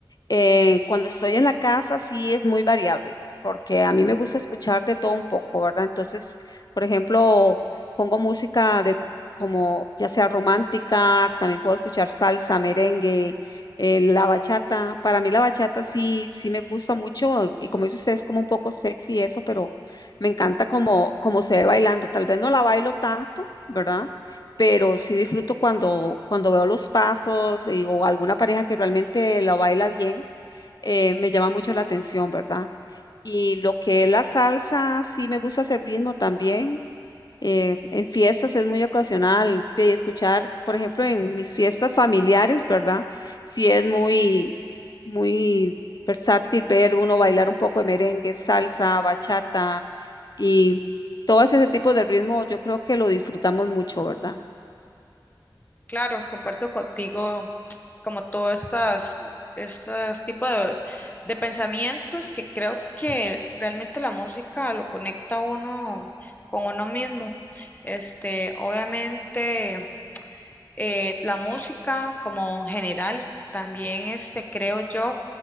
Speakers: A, on the left (about 55°); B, on the left (about 20°).
A: Eh, cuando estoy en la casa sí es muy variable, porque a mí me gusta escuchar de todo un poco, ¿verdad? Entonces, por ejemplo, pongo música de como ya sea romántica, también puedo escuchar salsa, merengue, eh, la bachata. Para mí la bachata sí, sí me gusta mucho y como dice usted es como un poco sexy y eso, pero me encanta como, como se ve bailando. Tal vez no la bailo tanto, ¿verdad? pero sí disfruto cuando, cuando veo los pasos y- o alguna pareja que realmente la baila bien eh, me llama mucho la atención, ¿verdad? Y lo que es la salsa, sí me gusta hacer ritmo también. eh, en fiestas es muy ocasional eh, escuchar, por ejemplo, en mis fiestas familiares, ¿verdad? Sí es muy, muy versátil ver uno bailar un poco de merengue, salsa, bachata y todo ese tipo de ritmo, yo creo que lo disfrutamos mucho, ¿verdad?
B: Claro, comparto contigo como todos estas, estos tipos de, de pensamientos que creo que realmente la música lo conecta a uno con uno mismo. Este, obviamente eh, la música como en general, también este, creo yo